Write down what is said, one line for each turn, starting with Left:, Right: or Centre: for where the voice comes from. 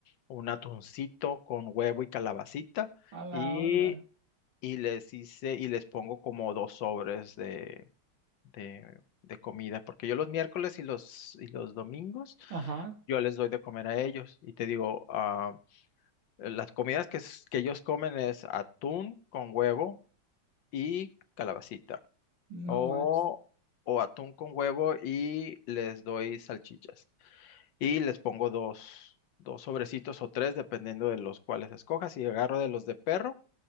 Left: un atuncito con huevo y calabacita,
Right: a la
Left: y
Right: onda.
Left: y les hice y les pongo como dos sobres de, de, de comida, porque yo los miércoles y los, y los domingos
Right: Ajá.
Left: yo les doy de comer a ellos y te digo, ah, las comidas que, es- que ellos comen es atún con huevo y calabacita
Right: No
Left: o,
Right: manches.
Left: o atún con huevo y les doy salchichas y les pongo dos, dos sobrecitos o tres dependiendo de los cuales escojas y agarro de los de perro.